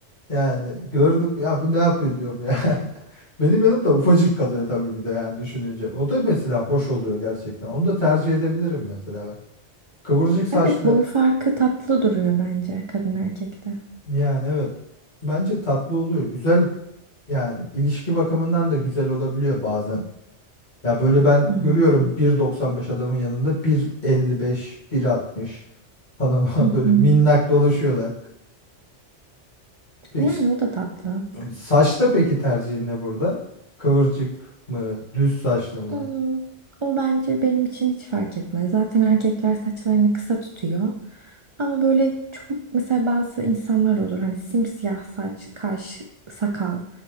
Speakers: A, on the left; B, on the right.
A: Yani gördüm ya bu ne yapıyor diyorum ya. <laughs> Benim yanımda ufacık kalıyor tabii bir de yani düşününce. O da mesela hoş oluyor gerçekten. Onu da tercih edebilirim mesela ben. Kıvırcık saçlı
B: Evet, boy farkı tatlı duruyor bence kadın erkekte.
A: Yani evet. Bence tatlı oluyor. Güzel yani ilişki bakımından da güzel olabiliyor bazen. Ya böyle ben
B: Hmm.
A: görüyorum 1.95 adamın yanında bir elli beş, bir 1.60 falan <laughs>
B: Hı hı.
A: böyle minnak dolaşıyorlar. Bir,
B: Yani o da tatlı.
A: saçta peki tercihin ne burada? Kıvırcık mı, düz saçlı mı?
B: Hmm. O bence benim için hiç fark etmez. Zaten erkekler saçlarını kısa tutuyor. Ama böyle çok mesela bazı insanlar olur. Hani simsiyah saç, kaş, sakal.